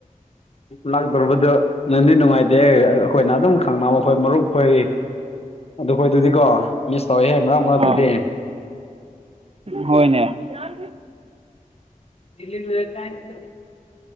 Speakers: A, on the left (about 45°); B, on the right (about 45°).
A: ꯂꯥꯛꯇꯕꯗ ꯅꯪꯗꯤ ꯅꯨꯡꯉꯥꯏꯇꯦ ꯑꯩꯈꯣꯏꯅ ꯑꯗꯨꯝ ꯈꯪꯅꯕ ꯑꯩꯈꯣꯏ ꯃꯔꯨꯞ ꯑꯩꯈꯣꯏ
B: ꯎꯝ
A: ꯑꯗꯨꯈꯣꯏ ꯑꯗꯨꯗꯤꯀꯣ ꯃꯤꯁ ꯇꯧꯋꯦꯍꯦ ꯃꯔꯛ ꯃꯔꯥꯡ
B: ꯑꯥ
A: ꯑꯗꯨꯗꯤ
B: ꯍꯣꯏꯅꯦ ꯌꯥꯣ
A: ꯏ